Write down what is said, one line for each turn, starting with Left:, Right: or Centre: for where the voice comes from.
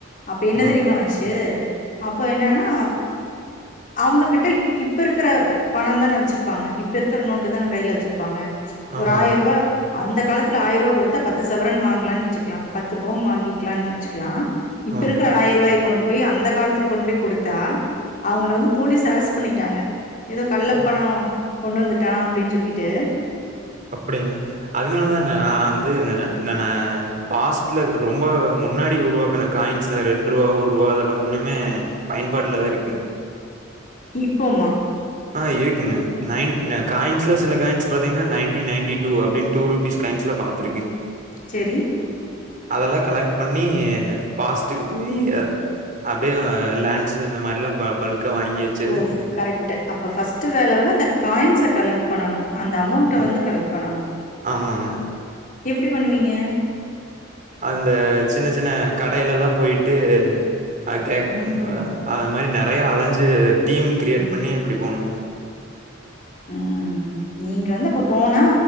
Left: அப்ப என்ன
Right: ஆ
Left: தெரியுமா ஆச்சு அப்போ என்னன்னா அவங்ககிட்ட இப்ப இருக்கிற பணோ தனே வெச்சிருப்ப ப்பாங்க இப்ப இருக்கிற நோட்டு தன கையில வெச்சிருப்பாங்க
Right: ஆமாங்க
Left: ஒரு ஆய ரூபா அந்த காலத்துல ஆய ரூபா குடுத்த பத்து சவரன் வாங்கலான்னு வச்சுக்கலா பத்து பவுன் வாங்கிக்கலான்னு வச்சுக்கலா இப்ப
Right: ஆமா
Left: இருக்கிற ஆயிர ரூபாயை கொண்டு போய் அந்த காலத்துல போய் குடுத்தா அவங்கள வந்து போலீஸ் அரெஸ்ட் பண்ணிட்டாங்க ஏதோ கள்ள
Right: ஓ
Left: பணோ கொண்டு வந்துட்டா அப்படின்னு சொல்லிட்டு
Right: அப்படிங்க அதனாலதாங்க நா வந்து நா பாஸ்ட்ல ரொம்ப முன்னாடி உருவாக்குன காயின்ஸ் ரெண்டு ரூபா ஒரு ரூபா உண்ணுமே பயன்பாட்டுல தா இருக்கு
Left: இப்போமா
Right: ஆ இருக்குங்க ந காயின்ஸ்ல சில காயின்ஸ் பாத்தீங்கன்னா நைன்டி நைன்டி டூ அப்படின்னு டூ ருபீஸ் கைன்ஸ்ல பாத்திருக்கே
Left: செரி
Right: அதெல்லா கலெக்ட் பண்ணி பாஸ்ட்டுக்கு போயி அப்படியே லேண்டஸ் இந்த மாரி எல்லா பல்கா வாங்கி வச்சது
Left: ஓ கரெக்ட்டு அப்போ ஃபர்ஸ்ட்டு வேல வந்து அந்த காயின்ஸ கலெக்ட் பண்ணனு அந்த அமௌண்ட
Right: ஆம்.
Left: வந்து கலெக்ட் பண்ணணு
Right: ஆமாங்க
Left: எப்படி பண்ணுவீங்க
Right: அந்த சின்ன சின்ன கடையில்லல்லா போயிட்டு அ கேட்கணு அது மாதிரி நெறைய அலைஞ்சு டீம் கிரியேட்
Left: ம்
Right: பண்ணி அப்படி போகணுங்க
Left: ம் நீங்க வந்து அப்ப போனா